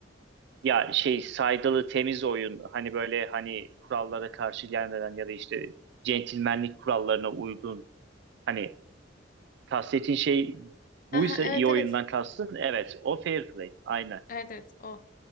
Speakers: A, on the right; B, on the left.
A: Ya şey saygılı temiz oyun. Hani böyle hani kurallara karşı gelmeden ya da işte centilmenlik kurallarına uygun. Hani kastettiğin şey
B: Aha,
A: buysa
B: evet
A: iyi oyundan
B: evet
A: kastın. Evet o fair play. Aynen.
B: Evet evet o.